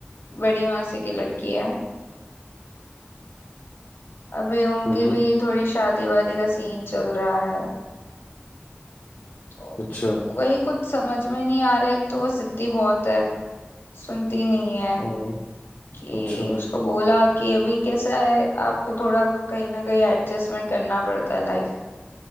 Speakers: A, on the left; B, on the left.
A: बड़ी मासी की लड़की है अभी उनकी
B: हम्म
A: भी थोड़ी शादी वादी का सीन चल रहा है तो
B: अच्छा
A: वही कुछ समझ में नहीं आ रहा एक तो वो जिद्दी बहुत है सुनती नहीं है
B: हाँ
A: कि
B: अच्छा
A: उसको बोला कि अभी कैसा है आपको थोड़ा कहीं ना कहीं एडजस्टमेंट करना पड़ता है लाइफ